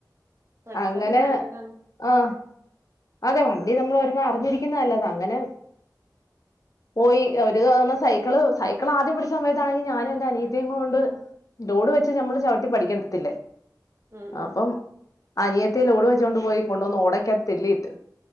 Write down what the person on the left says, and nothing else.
അങ്ങനെ
ആഹ്, അതെ വണ്ടി നമ്മള് ഒരെണ്ണം അറിഞ്ഞിരിക്ക്ന്നേ നല്ലതാ അങ്ങനെ പോയി ഒര് തവണ സൈക്കിള് സൈക്കിളാദ്യം പഠിച്ച സമയത്താണെങ്കി ഞാനും എന്റെ അനിയത്തിയേം കൊണ്ട് ലോഡ് വെച്ച് ഞമ്മള് ചവിട്ടി പഠിക്കത്തില്ലേ?
അപ്പം അനിയത്തി ലോഡ് വെച്ചോണ്ട് കൊണ്ട് വന്ന് ഓടക്ക്യാത്ത് തെള്ളി ഇട്ട്.